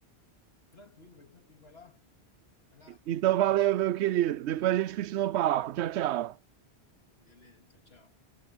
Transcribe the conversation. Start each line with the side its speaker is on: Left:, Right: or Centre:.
Left: Tranquilo, velho, tranquilo. Vai lá, vai lá,
Right: Então,
Left: até
Right: valeu,
Left: mais.
Right: meu querido. Depois a gente continua o papo. Tchau, tchau.
Left: Beleza, tchau, tchau.